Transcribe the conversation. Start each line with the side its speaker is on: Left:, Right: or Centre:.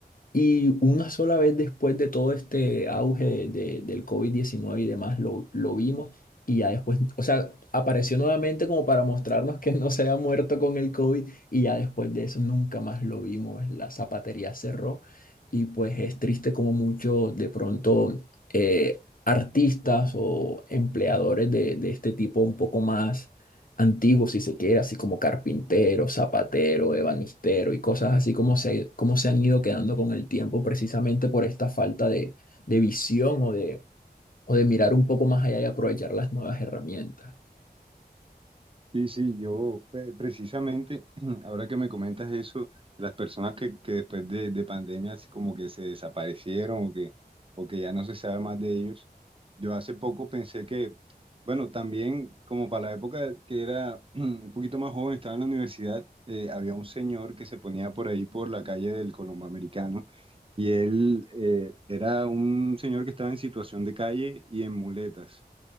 Left: y una sola vez después de todo este auge de- de- del covid diecinueve y demás, lo, lo vimos y ya después, o sea, apareció nuevamente como para mostrarnos que no se había muerto con el COVID y ya después de eso nunca más lo vimos. La zapatería cerró y pues es triste como muchos de pronto eh, artistas o empleadores de, de este tipo un poco más antiguo, si se quiere, así como carpintero, zapatero, ebanistero y cosas así como se, como se han ido quedando con el tiempo precisamente por esta falta de, de visión o de, o de mirar un poco más allá y aprovechar las nuevas herramientas.
Right: Sí, sí, yo eh, precisamente, <clears throat> ahora que me comentas eso, las personas que, que después de, de pandemia así como que se desaparecieron o que, o que ya no se sabe más de ellos, yo hace poco pensé que, bueno, también como para la época que era <clears throat> un poquito más joven, estaba en la universidad, eh, había un señor que se ponía por ahí por la calle del Colombo Americano y él eh, era un señor que estaba en situación de calle y en muletas.